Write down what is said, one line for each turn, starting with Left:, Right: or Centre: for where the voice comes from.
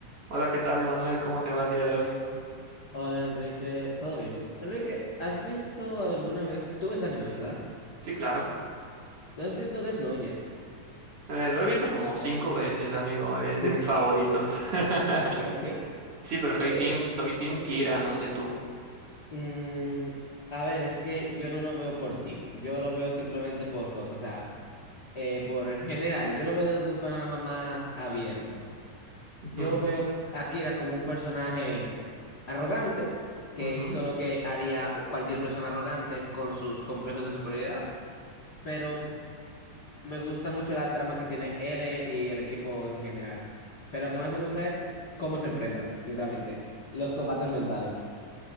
Right: Hola, ¿qué tal, Emanuel? ¿Cómo te va el día de hoy?
Left: Hola Enrique, ¿todo bien? Enrique, ¿has visto alguna vez? Tú ves anime, ¿verdad?
Right: Sí, claro.
Left: ¿Tú has visto Death Note ya?
Right: Eh, lo he visto como cinco veces, amigo. Es
Left: <laughs>
Right: de mis
Left: ¿Qué?
Right: favoritos. <laughs>
Left: ¿Para qué? ¿O qué?
Right: Sí, pero
Left: ¿Qué?
Right: soy team, soy team Kira, no sé tú.
Left: Mm, a ver, es que yo no lo veo por team, yo lo veo simplemente por cosas, o sea, eh, por en general, yo lo veo desde un panorama más abierto.
Right: Ujú,
Left: Yo veo a Akira como un personaje arrogante que
Right: ujú.
Left: hizo lo que haría cualquier persona arrogante con sus complejos de superioridad. Pero Me gusta mucho la trama que tiene L y el equipo en general. Pero lo que más me gusta es cómo se enfrentan, sinceramente. Los combates mentales.